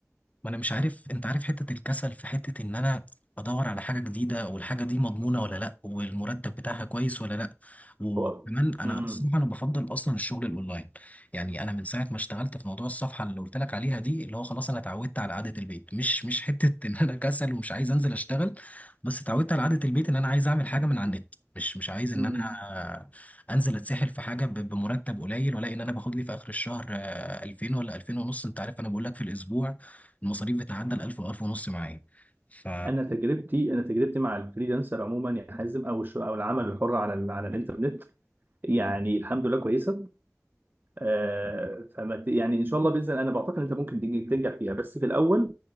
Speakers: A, on the left (about 25°); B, on the right (about 40°).
A: ما انا مش عارف انت عارف حتة الكسل في حتة ان انا ادور على حاجة جديدة والحاجة دي مضمونة ولا لا والمرتب بتاعها كويس ولا لا وكمان
B: هو
A: انا
B: مم.
A: الصراحة انا بفضل اصلا الشغل الاونلاين يعني انا من ساعة ما اشتغلت في موضوع الصفحة اللي قلت لك عليها دي اللي هو خلاص انا اتعودت على قعدة البيت مش مش حتة <laughs> ان انا كسل ومش عايز انزل اشتغل بس اتعودت على قعدة البيت ان انا عايز اعمل حاجة من على النت مش مش عايز ان
B: مم.
A: انا انزل اتسحل في حاجه ب- بمرتب قليل ولا ان انا باخد لي في اخر الشهر آه، 2000 ولا 2000 ونص انت عارف انا بقول لك في الاسبوع المصاريف بتعدى ال 1000 و1000 ونص معايا ف
B: أنا تجربتي أنا تجربتي مع الفريلانسر عموما يا حازم أو الش... أو العمل الحر على ال... على الإنترنت يعني الحمد لله كويسة آه، فما ت- يعني ان شاء الله باذن الله انا بعتقد انت ممكن تنج- تنجح فيها بس في الاول